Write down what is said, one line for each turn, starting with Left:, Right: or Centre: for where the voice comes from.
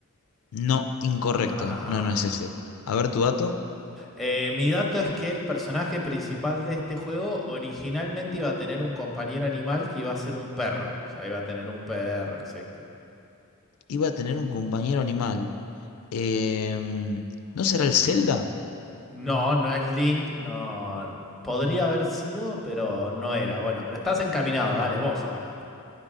Left: No, incorrecto.
Centre: Ah.
Left: No, no es ese. A ver tu dato.
Centre: Eh, mi dato es que el personaje principal de este juego originalmente iba a tener un compañero animal que iba a ser un perro, o sea, iba a tener un perro, exacto.
Left: Iba a tener un compañero animal. Em, ¿no será el Zelda?
Centre: No, no es Link, no. Podría haber sido, pero no era. Bueno, pero estás encaminado, dale vos ahora.